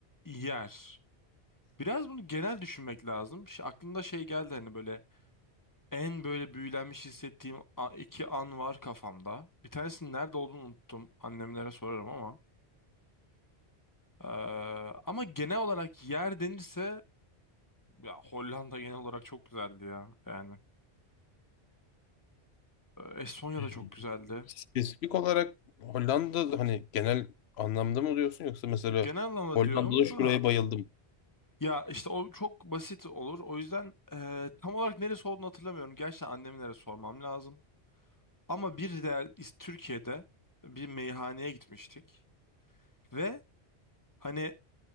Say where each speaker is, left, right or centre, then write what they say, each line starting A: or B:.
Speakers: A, on the left; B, on the left.
A: yer. Biraz bunu genel düşünmek lazım. Şi- aklımda şey geldi hani böyle en böyle büyülenmiş hissettiğim a- iki an var kafamda. Bir tanesinin nerede olduğunu unuttum. Annemlere sorarım ama. Ee, ama genel olarak yer denirse ya Hollanda genel olarak çok güzeldi ya. Yani e, Estonya
B: Ee,
A: da çok güzeldi.
B: Spesifik olarak Hollanda hani genel anlamda mı diyorsun yoksa mesela
A: Genel anlamda
B: Hollanda'da
A: diyorum
B: şuraya
A: da
B: bayıldım.
A: ya işte o çok basit olur. O yüzden e, tam olarak neresi olduğunu hatırlamıyorum. Gerçekten annemlere sormam lazım. Ama bir değer Türkiye'de bir meyhaneye gitmiştik ve hani